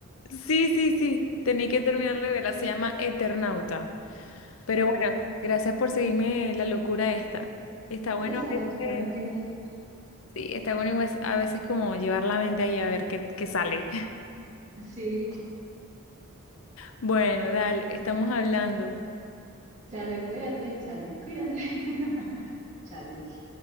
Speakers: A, on the left (about 65°); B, on the right (about 35°).
A: Sí, sí, sí, tenía que terminar de verla, se llama Eternauta. Pero
B: Ok,
A: bueno, gracias por seguirme la locura esta. Está bueno
B: ya sabes
A: a veces,
B: cuando quieras.
A: sí, está bueno a veces como llevar la mente ahí a ver qué, qué sale. <laughs>
B: Sí,
A: Bueno, dale, estamos hablando.
B: chale, cuídate, sale, cuídate. <laughs> Chale, dije.